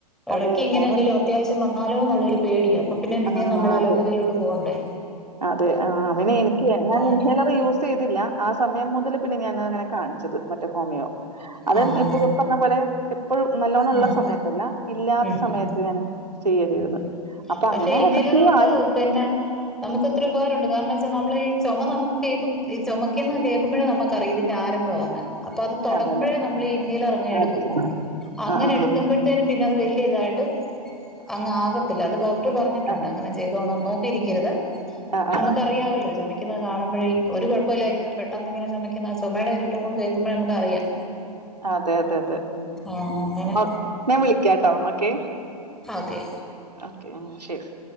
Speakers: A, in the centre; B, on the right.
A: ഇടയ്ക്ക്
B: അതെ
A: ഇങ്ങനെ
B: അവൻ
A: എന്തേലും അത്യാവശ്യം വന്നാലോ ന്നൊള്ളൊരു പേടിയാ അപ്പ പിന്നെ പിന്നേം
B: ആഹ്
A: നമ്മള്
B: അതെ
A: അലോപ്പതിയിലോട്ട് പോവണ്ടെ
B: അതെ ആഹ് പിന്നെ എനിക്ക് ഞാൻ ഇൻഹേലർ
A: ഇങ്ങനെ
B: യൂസെയ്‌തില്ല ആ സമയം മുതല് പിന്നെ ഞാന് അങ്ങനെ കാണിച്ചത് മറ്റേ ഹോമിയോ അത്
A: ആഹ്
B: ഇപ്പൊ ഇപ്പർഞ്ഞ പോലെ ഇപ്പൊഴും നല്ലോണ്ണം ള്ള
A: ആഹ് ആഹ്
B: സമയത്തല്ല ഇല്ലാത്ത
A: ഉം
B: സമയത്ത്
A: ഉം
B: ഞാന് ചെയ്യ ചെയ്തത്
A: ഉം
B: അപ്പൊ
A: പക്ഷെ
B: അങ്ങനെ
A: ഇൻഹെയ്ലർ
B: എഫക്റ്റീവ്
A: കൊണ്ട്
B: ആയി
A: പിന്ന നമുക്ക് എത്രയോ ഉപകാരംണ്ട് കാരണം ച്ചാ നമ്മള് ഈ ചൊമ നമുക്ക് കേൾക്കും ഈ ചൊമയ്ക്കു ന്ന കേൾക്കുമ്പൊഴെ നമ്മക്കറിയും ഇതിന്റെ ആഴം ആരംഭവാന്ന് അപ്പൊ അത് തുടങ്ങുമ്പഴേ
B: അതെല്ലെ
A: നമ്മളീ ഇൻ ഹൈലർ അങ്ങ് എടുക്കും
B: അടിച്ചു
A: അങ്ങനെ
B: ആഹ്
A: എടുക്കുമ്പോഴ്ത്തേനും
B: ആഹ്
A: പിന്നെ അത് വല്ലിയ ഇതായിട്ട് അങ്ങ് ആകത്തില്ല അത് ഡോക്ടർ പറഞ്ഞിട്ടുണ്ട്
B: ആഹ്
A: അങ്ങനെ ചെയ്തോണോന്ന് നോക്കിയിരിക്കരുത്
B: ആഹ് ആഹ്
A: നമുക്ക്
B: ആഹ്
A: അറിയാവല്ലോ ചൊമ ക്കിങ്ങനെ കാണുമ്പഴേ ഒരു കുഴപ്പുല്ലായിരിക്കും പെട്ടെന്ന് ഇങ്ങനെയൊരു ചുമയ്ക്കുന്ന ചുമയുടെ ഒരു ടൂൺ കേൾക്കുംമ്പ നമുക്കറിയാം
B: അതെ അതെ അതെ ഉം
A: ആ
B: ഉം
A: അങ്ങനെ
B: ഞാൻ വിളിക്കിട്ടോ ഓക്കെ
A: ആഹ് ഓകെ
B: ഓക്കെ ഉം ശരി